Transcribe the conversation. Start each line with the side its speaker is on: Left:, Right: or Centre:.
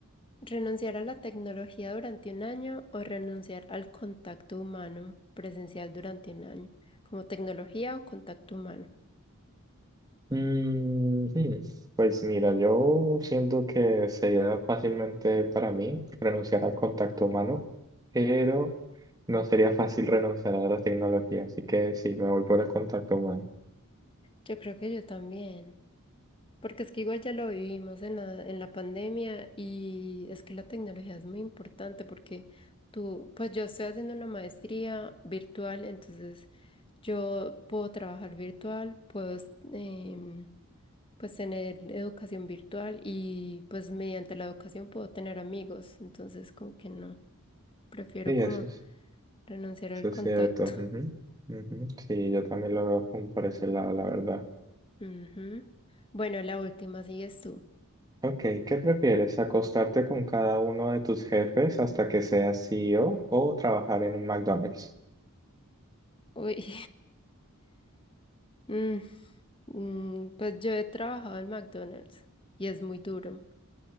Left: ¿Renunciar a la tecnología durante un año o renunciar al contacto humano presencial durante un año? Como tecnología o contacto humano.
Right: Mm, hmm, Pues mira, yo siento que sería fácilmente para mí renunciar al contacto humano, pero no sería fácil renunciar a la tecnología, así que sí, me voy por el contacto humano.
Left: Yo creo que yo también. Porque es que igual ya lo vivimos en la, en la pandemia y es que la tecnología es muy importante porque tú, pues yo estoy haciendo una maestría virtual, entonces yo puedo trabajar virtual, puedo em, pues tener educación virtual y pues mediante la educación puedo tener amigos, entonces como que no, prefiero
Right: Y
Left: como
Right: eso.
Left: renunciar
Right: Eso
Left: al
Right: es
Left: contacto.
Right: cierto. ujú, ujú. Sí, yo también lo veo como por ese lado, la verdad.
Left: Ujú. Bueno, la última sigues tú.
Right: Ok, ¿qué prefieres? ¿Acostarte con cada uno de tus jefes hasta que seas CEO o o trabajar en un McDonald's?
Left: Uy. <laughs> Mm, mm, pues yo he trabajado en McDonald's y es muy duro